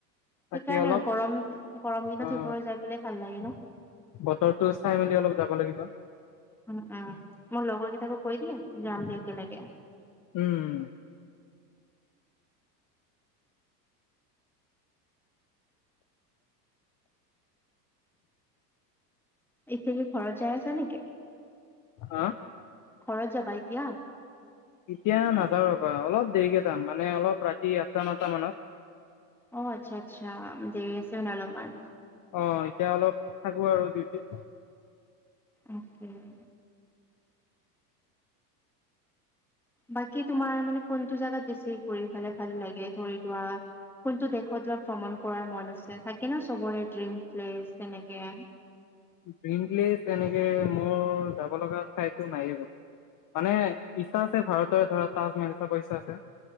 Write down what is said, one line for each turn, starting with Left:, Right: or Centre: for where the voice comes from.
Left: তাকে
Centre: সেইকাৰণে
Left: অলপ
Centre: আৰু গৰম গৰম দিনত
Left: অ'
Centre: সেইবোৰত যাই ফালে ভাল লাগে ন
Left: বতৰটো চাই মেলি অলপ যাব লাগিব।
Centre: উম, উম, মোৰ লগৰ কেইটাকো কৈ দিম যাম দিয়া একেলগে।
Left: উম।
Centre: এতিয়া কি খৰত যাই আছা নেকি?
Left: হা?
Centre: ঘৰত যাবা এতিয়া।
Left: এতিয়া নাযাও ৰবা অলপ দেৰিকে যাম মানে অলপ ৰাতি আঠটা নটা মানত।
Centre: অ, ' আচ্ছা আচ্ছা দেৰি আছে ন অলপমান।
Left: অ, ' এতিয়া অলপ থাকো আৰু ডিউটিত
Centre: অকে <inaudible> বাকী তোমাৰ মানে কোনটো জেগাত বেছি ঘুৰি ফালে ভাল লাগে ধৰি লোৱা কোনটো দেশত ভ্ৰমণ কৰাৰ মন আছে থাকে ন চবৰে ড্ৰিম প্লেচ তেনেকে?
Left: গ এনেকে মোৰ যাব লগা ঠাই একো নাইয়ে বল মানে ইচ্ছা আছে ভাৰতৰ ধৰা তাজমহল চাব ইচ্ছা আছে।